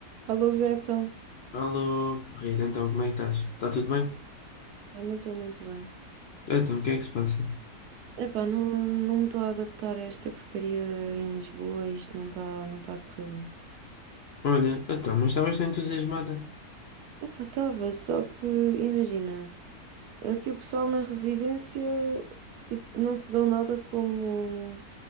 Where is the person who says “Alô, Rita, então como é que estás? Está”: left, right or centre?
Left